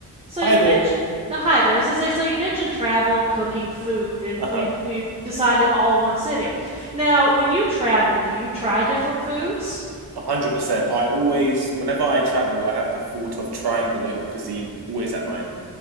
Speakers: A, on the right; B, on the right.
A: So
B: Hi
A: you
B: there.
A: mentioned oh, hi there.
B: Oh,
A: As I say, so you mentioned travel, cooking, food, and
B: Uh-huh.
A: we we decided all in one sitting. Now, when you travel, do you try different foods?
B: 100%. I always, whenever I travel, I have the thought of trying the local cuisine always at mind.